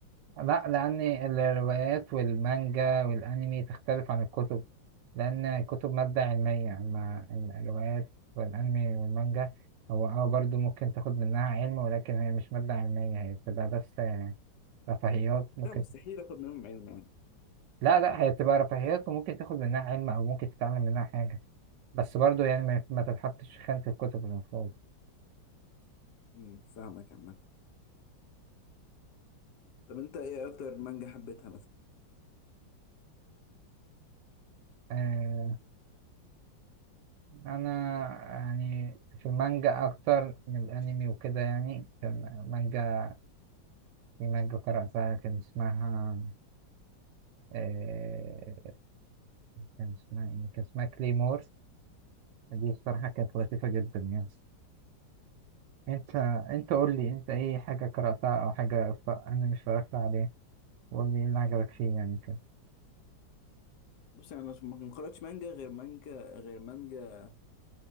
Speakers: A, on the right (about 75°); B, on the left (about 70°).
A: لا لان الروايات والمانجا والانمي تختلف عن الكتب لان الكتب مادة علمية اما الروايات والانمي والمانجا هو اه برضو ممكن تاخد منها علم ولكن هي مش مادة علمية هي بتبقى بس آه، رفاهيات ممكن
B: لا مستحيل اخد منهم علم يعني
A: لا لا هي بتبقى رفاهيات وممكن تاخد منها علم او ممكن تتعلم منها حاجة بس برضو يعني ما ما تتحطش في خانة الكتب المفروض
B: مم، فاهمك عامة طب انت ايه اكتر مانجا حبيتها مثلا
A: آه انا يعني في المانجا اكتر من الانمي وكده يعني كان مانجا في مانجا قرأتها كان اسمها آه، كان اسمها إيه؟ كان اسمها كليمور دي الصراحة كانت لطيفة جدا يعني انت انت قول لي انت ايه حاجة قرأتها او حاجة ف... انا مش اتفرجت عليه وقول لي ايه اللي عجبك فيه يعني كده
B: بص انا ما ما قرأتش مانجا غير مانجا غير مانجا